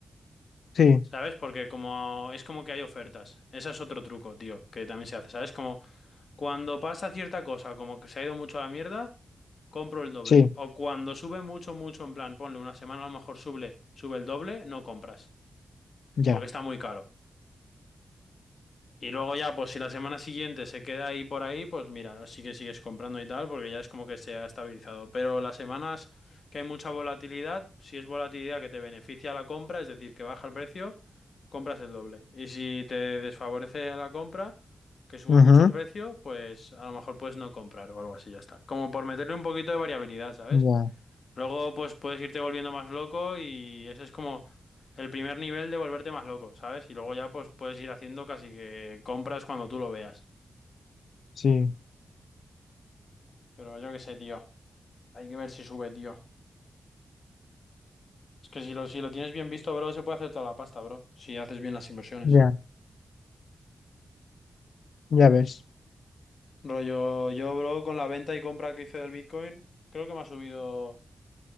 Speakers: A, on the left; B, on the left.
A: Sí.
B: ¿Sabes? Porque como es como que hay ofertas. Ese es otro truco, tío, que también se hace. ¿Sabes? Como cuando pasa cierta cosa, como que se ha ido mucho a la mierda, compro el doble.
A: Sí.
B: O cuando sube mucho, mucho, en plan, ponle una semana a lo mejor sube, sube el doble, no compras.
A: Ya.
B: Porque está muy caro. Y luego ya, pues si la semana siguiente se queda ahí por ahí, pues mira, sí que sigues comprando y tal, porque ya es como que se ha estabilizado. Pero las semanas que hay mucha volatilidad, si es volatilidad que te beneficia la compra, es decir, que baja el precio, compras el doble. Y si te desfavorece la compra, que sube
A: Ujú.
B: mucho el precio, pues a lo mejor puedes no comprar o algo así, ya está. Como por meterle un poquito de variabilidad, ¿sabes?
A: Ya.
B: Luego, pues puedes irte volviendo más loco y ese es como el primer nivel de volverte más loco, ¿sabes? Y luego ya, pues puedes ir haciendo casi que compras cuando tú lo veas.
A: Sí.
B: Pero yo qué sé, tío. Hay que ver si sube, tío. Es que si lo, si lo tienes bien visto, bro, se puede hacer toda la pasta, bro. Si haces bien las inversiones.
A: Ya. Ya ves.
B: Rollo, yo, bro, con la venta y compra que hice del Bitcoin, creo que me ha subido